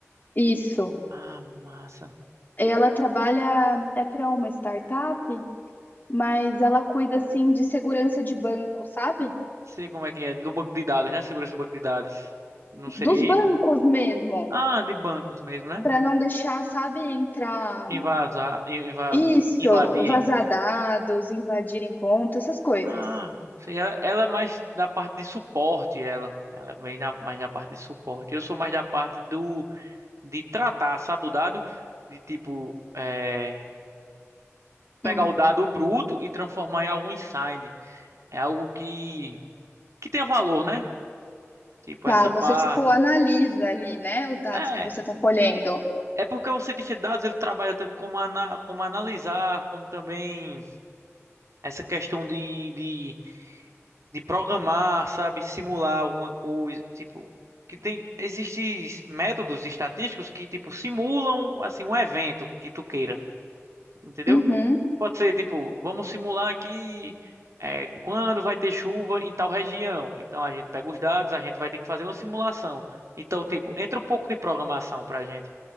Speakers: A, on the left; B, on the right.
A: Isso.
B: Ah, massa. Não
A: Ela trabalha é para uma startup, mas ela cuida assim de segurança de banco, sabe?
B: sei como é que é. Do banco de dados, né? Segurança do banco de dados. Não seria
A: Dos bancos
B: isso?
A: mesmo,
B: Ah, de bancos mesmo, né?
A: para não deixar, sabe, entrar
B: Invasar, invas,
A: isso,
B: invadirem.
A: vazar dados, invadirem contas, essas coisas.
B: Ah, seria, ela é mais da parte de suporte, ela. Ela é bem da- mais da parte de suporte. Eu sou mais da parte do de tratar, sabe, o dado? De tipo, eh, pegar
A: Hum.
B: o dado bruto e transformar em algum insight. É algo que, que tenha valor, né? Tipo,
A: Tá,
B: essa
A: você
B: parte.
A: tipo analisa ali, né, os dados
B: É.
A: que você tá colhendo.
B: É porque o cientista de dados ele trabalha tanto como, ana, como analisar, como também essa questão de, de, de programar, sabe? Simular alguma coisa. Tipo, que tem. Existem métodos estatísticos que, tipo, simulam assim, um evento que tu queira. Entendeu?
A: Uhum.
B: Pode ser, tipo, vamos simular aqui é, quando vai ter chuva em tal região. Então a gente pega os dados, a gente vai ter que fazer uma simulação. Então, tipo, entra um pouco de programação pra gente.